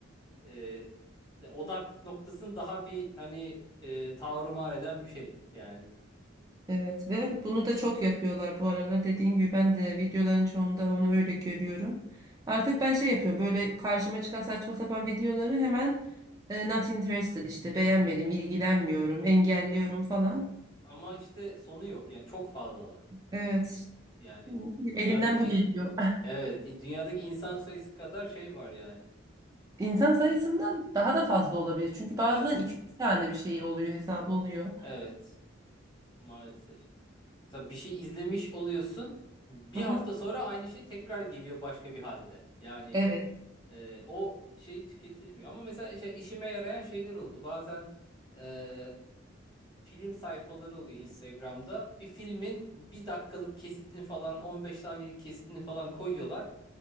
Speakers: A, on the left (about 20°); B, on the right (about 20°).
A: e, de- odak noktasını daha bir hani e, tavrımar eden bir şey yani
B: Evet ve bunu da çok yapıyorlar bu aralar. Dediğin gibi ben de videoların çoğunda onu öyle görüyorum. Artık ben şey yapıyorum böyle karşıma çıkan saçma sapan videoları hemen e, not interested işte beğenmedim, ilgilenmiyorum, engelliyorum falan.
A: ama işte sonu yok yani çok fazlalar
B: Evet. işte,
A: yani
B: ne bileyim,
A: dünyadaki
B: elimden bu geliyor.
A: evet dünyadaki insan sayısı kadar şey var yani
B: <laughs> İnsan sayısından daha da fazla olabilir. Çünkü bazen
A: yani
B: iki üç tane bir şey oluyor, hesabı oluyor.
A: evet maalesef. Mesela bir şey izlemiş oluyorsun. Bir
B: Aha.
A: hafta sonra aynı şey tekrar geliyor başka bir halde. Yani
B: Evet.
A: e, o şey tüketilmiyor. Ama mesela şey, işime yarayan şeyler oldu. Bazen e, film sayfaları oluyor Instagram'da. Bir filmin bir dakikalık kesitini falan 15 saniyelik kesitini falan koyuyorlar.